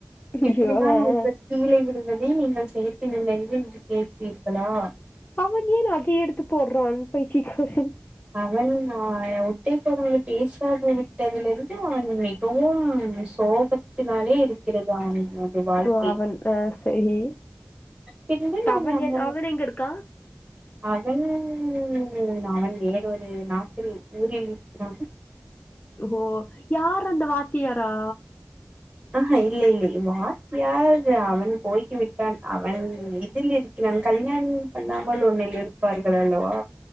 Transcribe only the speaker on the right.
இப்படித்தான்
ஒருத்தர்
கீழே வி என்பதை நீங்கள் செயற்கை நுண்ணறிவு என்று கேட்பீர்களா
அவன் அ ஒத்தை கொரங்கு <unintelligible> விட்டதுல இருந்து அவன் மிகவும் சோகத்தினாலே இருக்கிறது அவன்னது வாழ்க்கை
பின்பு நான்
<unintelligible>
அதல் ம் அவன் வேறொரு நாட்டில் ஊரில் இருக்கிறான்
ஆஹா இல்லை இல்லை வாத்தியார் அவன் போய்கி விட்டான் அவன் இதில் இரு கிறான் கல்யாணம் பண்ணாமல் ஒண்ணில் இருப்பார்கள் அல்லவா